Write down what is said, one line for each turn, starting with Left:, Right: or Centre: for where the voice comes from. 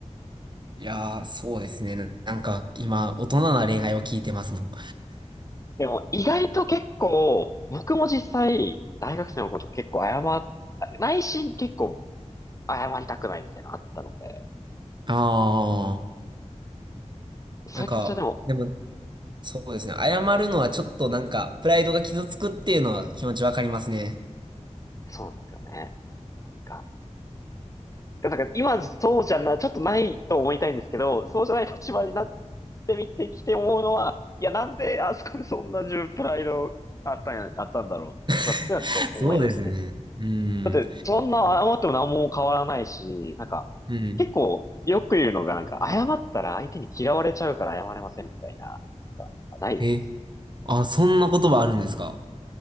Right: いやー、
Left: なんか
Right: そうですね。ななんか、今、大人な恋愛を聞いてますもん。
Left: でも、意外と結構、僕も実際、大学生のこと結構謝っ、内心結構謝りたくないみたいなのあったので、
Right: ああ、
Left: そういう気持ちはでも、
Right: なんか、でも、
Left: うん
Right: そうですね。謝るのはちょっとなんか、プライドが傷つくっていうのは気持ちわかりますね。
Left: そうなんですよね。なんかだから今そうじゃな、ちょっとないと思いたいんですけど、そうじゃない立場になってみてきて思うのは、いや、なんであそこでそんな自分プライドあったんや、あったんだろうとかってのはちょっと思いましたね。
Right: <laughs> そうですよね。うん。
Left: だって、そんな謝っても何も変わらないし、なんか、
Right: うん。
Left: 結構よく言うのが、なんか、謝ったら相手に嫌われちゃうから謝れませんみたいな、なんか、ないです。
Right: え、あ、そんな言葉あるんですか